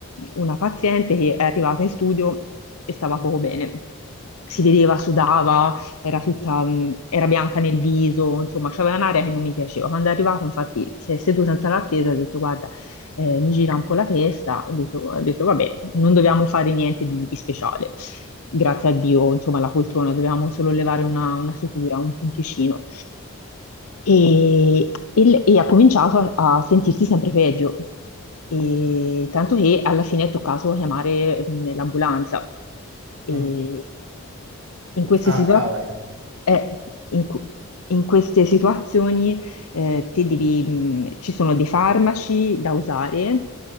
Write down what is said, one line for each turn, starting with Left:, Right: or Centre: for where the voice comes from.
Left: una paziente che è arrivata in studio e stava poco bene. Si vedeva, sudava, era tutta, mh, era bianca nel viso, insomma, c'aveva un'aria che non mi piaceva. Quando è arrivata, infatti, si è seduta in sala d'attesa e ha detto: Guarda, eh, mi gira un po' la testa, ho detto, ho detto, vabbè, non dovevamo fare niente di, di speciale. Grazie a Dio, insomma, la poltrona, dovevamo solo levare una, una sutura, un punticino. E, e- e ha cominciato a, a sentirsi sempre peggio, E tanto che alla fine è toccato chiamare mh, l'ambulanza. E
Right: Mm.
Left: in queste
Right: Ah,
Left: situa-
Right: cavoli.
Left: eh, in cu- in queste situazioni eh, te devi, mh, ci sono dei farmaci da usare,